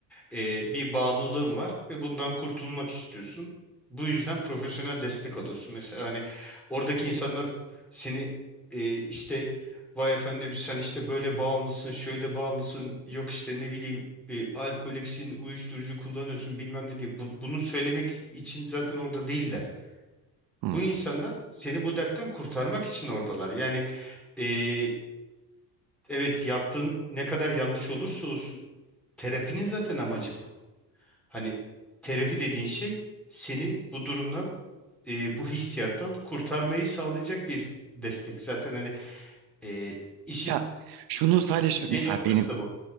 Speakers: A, in the centre; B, on the right.
A: e, bir bağımlılığın var ve bundan kurtulmak istiyorsun. Bu yüzden profesyonel destek alıyorsun. Mesela hani oradaki insanlar seni e, işte vay efendim sen işte böyle bağımlısın, şöyle bağımlısın, yok işte ne bileyim e, alkoliksin, uyuşturucu kullanıyorsun bilmem ne diye. Bu- bunu söylemek için zaten orada değiller.
B: Hmm.
A: Bu insanlar seni bu dertten kurtarmak için oradalar. Yani e, evet yaptığın ne kadar yanlış olursa olsun terapinin zaten amacı bu. Hani terapi dediğin şey seni bu durumdan, e, bu hissiyattan kurtarmayı sağlayacak bir destek. Zaten hani e, işin
B: Ya şunu sadece şu-
A: şey
B: mesela
A: noktası
B: benim
A: da bu.